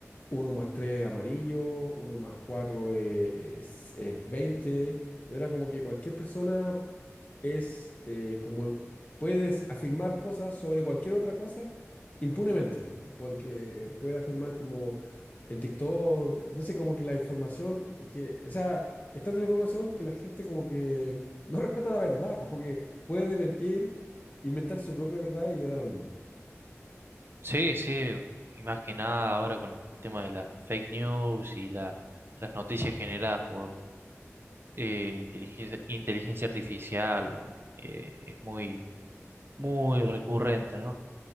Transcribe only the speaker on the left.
uno más 3 amarillo, uno más 4 eh, es, es 20, y ahora como que cualquier persona es eh, como puedes afirmar cosas sobre cualquier otra cosa impunemente, porque puede afirmar como en TikTok, entonces como que la información que, o sea, es tanta la información que la gente como que <laughs> no respeta la verdad, como que puede mentir, inventar su propia verdad y le da lo mismo.